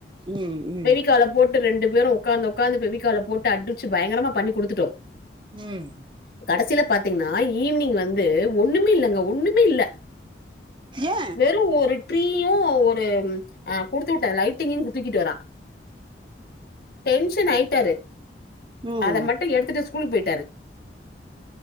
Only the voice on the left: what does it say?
பெவிக்களா போட்டு ரெண்டு பேரும் உகாந்து உக்காந்து பெவிக்களா போட்டு அடிச்சு பயங்கரமா பண்ணி குடுத்துட்டோ
கடைசில பாத்தீங்கன்னா ஈவினிங் வந்து ஒண்ணுமே இல்லங்க ஒண்ணுமே இல்ல
வெறும் ஒரு ட்ரீயும் ஒரு அ குடுத்து வுட்டே லைட்டிங்கும் தூக்கிட்டு வரா டென்ஷன் ஆயிட்டாரு
அத மட்டும் எடுத்துட்டு ஸ்கூலுக்கு போயிட்டாரு